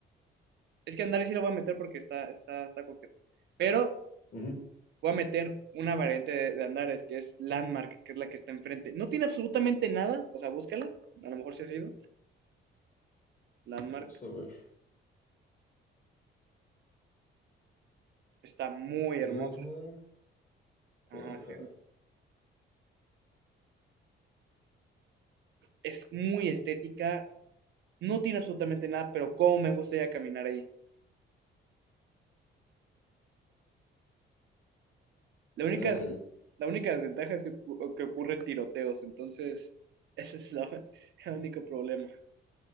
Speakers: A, on the right; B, on the left.
A: Es que Andrés sí lo voy a meter porque está, está, está coqueto. Pero
B: ujú.
A: voy a meter una variante de, de Andares, que es Landmark, que es la que está enfrente. No tiene absolutamente nada, o sea, búscala, a lo mejor se ha sido. Landmark
B: Vamos a ver.
A: está muy hermosa.
B: Latmar, Guadalajara.
A: Ajá, es muy estética, no tiene absolutamente nada, pero cómo me gusta ya caminar ahí. La única,
B: Ah, ya vi.
A: la única desventaja es que, ocu- que ocurren tiroteos, entonces <laughs> ese es la- <laughs> el único problema.